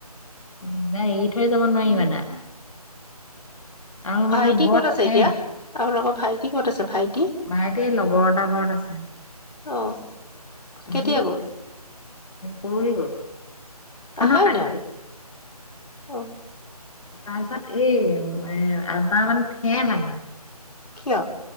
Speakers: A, on the left; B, on the left.
A: দিগদাৰ এ এৰি থৈ যাব নোৱাৰি
B: উম,
A: মানে আৰু
B: ভাইটি
A: মানে বৰ
B: ক'ত আছে
A: ঠেহ
B: এতিয়া আপোনালোকৰ ভাইটি ক'ত আছে ভাই
A: ভাইটি লগৰ এটাৰ ঘৰত আছে
B: অ'
A: বহুত
B: কেতিয়া গ'ল?
A: পৰহি গ'ল অ
B: আহাই
A: নহয় কালি
B: নাই
A: গ'ল
B: অহ'
A: তাৰ পিছত এই এ মানে ঠেহ লাগে
B: কিয়?